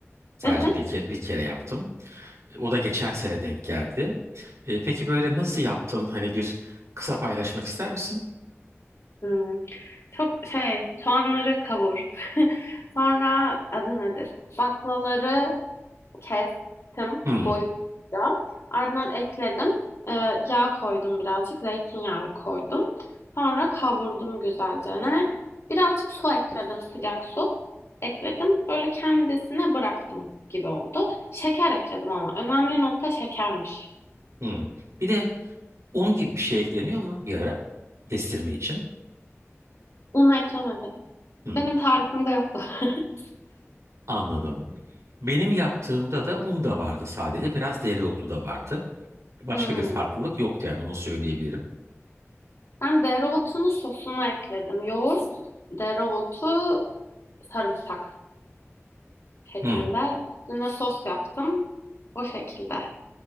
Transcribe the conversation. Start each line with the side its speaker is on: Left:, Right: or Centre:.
Right: Sadece
Left: Hı hı.
Right: bir kere, bir kere yaptım. O da geçen sene denk geldi. E, peki böyle nasıl yaptın? Hani bir kısa paylaşmak ister misin?
Left: Hmm. Çok şey soğanları kavur. <laughs> Sonra adı nedir? Baklaları kestim
Right: Hmm,
Left: boyutluca. Ardından ekledim. Ee, yağ koydum birazcık. Zeytinyağı koydum. Sonra kavurdum güzelce. Ne? Birazcık su ekledim. Sıcak su ekledim. Böyle kendisine bıraktım gibi oldu. Şeker ekledim ama. Önemli nokta şekermiş.
Right: hmm. Bir de un gibi bir şey ekleniyor mu bir ara kestirme için?
Left: Un eklemedim.
Right: Hmm,
Left: Benim tarifimde yoktu. <laughs>
Right: anladım. Benim yaptığımda da un da vardı sadece. Biraz dereotu da vardı. Başka
Left: Hmm.
Right: bir farklılık yoktu yani onu söyleyebilirim.
Left: Ben dereotunu sosuna ekledim. Yoğurt, dereotu, sarımsak. şeklinde.
Right: Hmm,
Left: Üstüne sos yaptım. O şekilde.